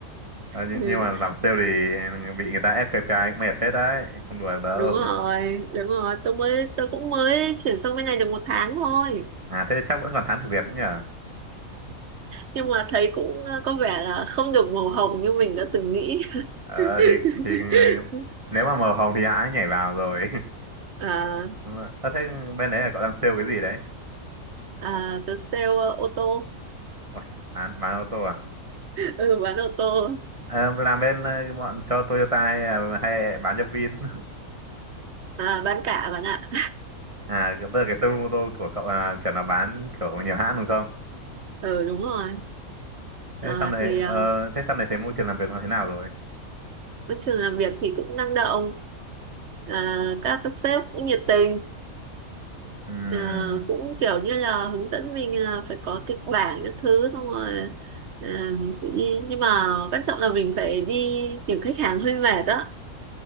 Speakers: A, on the right (about 20°); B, on the right (about 55°).
A: Ờ, nhưng,
B: ừ.
A: nhưng mà làm sale thì bị người ta ép KPI cũng mệt hết đấy không đùa đâu
B: đúng rồi đúng rồi tôi mới tôi cũng mới chuyển sang bên này được một tháng thôi
A: à thế chắc vẫn còn thắng thử việc nữa nhở
B: nhưng mà thấy cũng ờ, có vẻ là không được màu hồng như mình đã từng nghĩ
A: ờ
B: <laughs>
A: thì thì nếu mà màu hồng thì ai ấy nhảy vào rồi <laughs>
B: à,
A: đúng rồi ờ, thế bên đấy là cậu đang sale cái gì đấy
B: à tôi sale ờ, ô tô
A: Uầy, bán bán ô tô à
B: ừ bán ô tô
A: Ờ, làm bên ờ, bọn cho Toyota hay là hay bán cho Vin <laughs>
B: à bán cả bạn ạ
A: à tức là cái showroom ô tô của cậu là kiểu là bán kiểu nhiều hãng đúng không
B: ừ đúng rồi
A: thế
B: à,
A: sau này
B: thì ờ,
A: ờ thế sau này thấy môi trường làm việc nó thế nào rồi
B: môi trường làm việc thì cũng năng động à, các sếp cũng nhiệt tình
A: Ừm,
B: Ờ, cũng kiểu như là hướng dẫn mình là phải có kịch bản các thứ xong rồi ờ, cũng đi nhưng mà quan trọng là mình phải đi tìm khách hàng hơi mệt đó